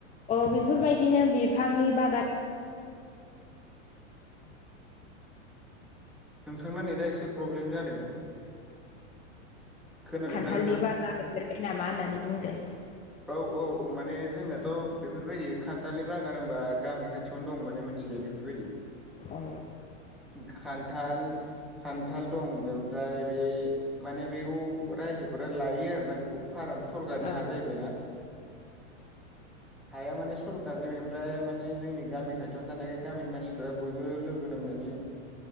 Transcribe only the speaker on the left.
अ बेफोरबायदिनो बिफांनि बागान
खान्थालनि
बागान नुफेरबाय नामा होननानै बुंदों?
औ।
औ